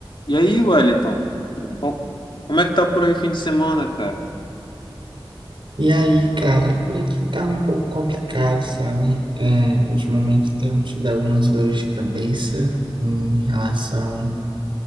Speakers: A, on the left; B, on the right.
A: E aí, Wellington, co- como é que tá por aí o fim de semana, cara?
B: E aí, cara, por aqui tá um pouco complicado, sabe? É, ultimamente tenho tido algumas dores de cabeça em relação